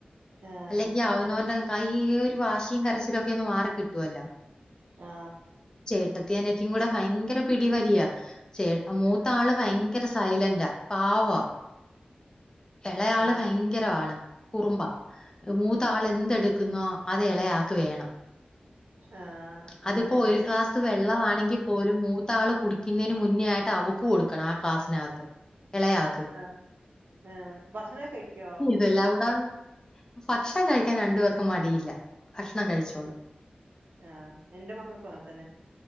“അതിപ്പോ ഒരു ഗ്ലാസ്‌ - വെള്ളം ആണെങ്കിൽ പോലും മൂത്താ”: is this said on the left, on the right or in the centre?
Left